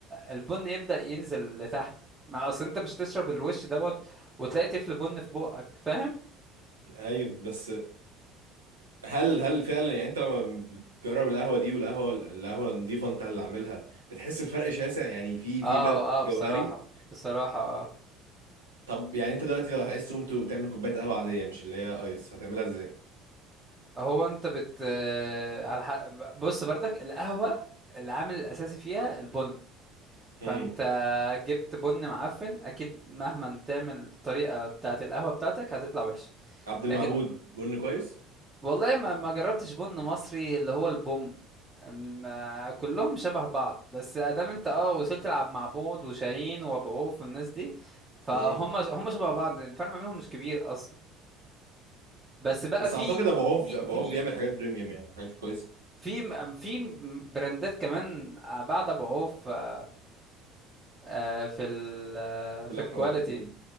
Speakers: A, on the right (about 20°); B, on the right (about 80°).
A: البن يبدأ ينزل لتحت مع اصل انت مش تشرب الوش دوت وتلاقي تفل بن في بقك فاهم
B: ايوه بس هل هل فعلا يعني انت لما بتجرب القهوة دي والقهوة القهوة النضيفة انت اللي عاملها بتحس بفرق شاسع يعني في
A: اه
B: في فرق
A: اه
B: جوهري
A: بصراحة بصراحة آه.
B: طب يعني انت دلوقتي لو عايز تقوم تو- تعمل كوبايه قهوه عاديه مش اللي هي ايس هتعملها ازاي
A: هو انت بت آه، على ح... بص برضك القهوة العامل الأساسي فيها البن فانت
B: امم
A: جبت بن معفن أكيد مهما تعمل الطريقة بتاعة القهوة بتاعتك هتطلع وحشة
B: عبد
A: لكن
B: المعبود بن كويس
A: والله ما ما جربتش بن مصري اللي هو البوم ما كلهم شبه بعض بس ادام انت اه وصلت تلعب مع بود وشاهين وابو عوف والناس دي فهم
B: امم
A: هم شبه بعض الفرق ما بينهم مش كبير اصلا بس بقى
B: بس
A: في
B: اعتقد ابو عوف
A: في
B: ابو
A: في
B: عوف بيعمل حاجات بريميوم يعني حاجات كويسه
A: في م- في م- براندات كمان بعد بعوف في آه، آه، في ال آه، في
B: كلها
A: الكواليتي
B: حلوه امم